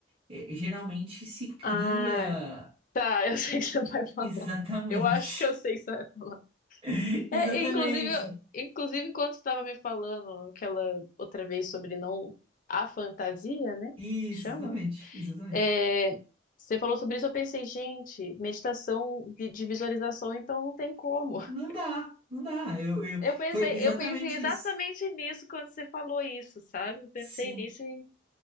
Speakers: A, on the right; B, on the left.
A: eh, geralmente se cria
B: Ah, tá, eu <laughs> sei o que você vai falar.
A: exatamente.
B: Eu acho que eu sei o que você vai falar.
A: <laughs> Exatamente.
B: É, e inclusive, inclusive quando você estava me falando aquela outra vez sobre não a fantasia, né?
A: Isso,
B: Chama?
A: exatamente, exatamente.
B: É, você falou sobre isso, eu pensei, gente, meditação de, de visualização, então não tem como. <laughs>
A: Não dá, não dá. Eu, eu...
B: Eu pensei,
A: Foi exatamente
B: eu pensei exatamente
A: isso.
B: nisso quando você falou isso, sabe? Eu pensei
A: Sim.
B: nisso e,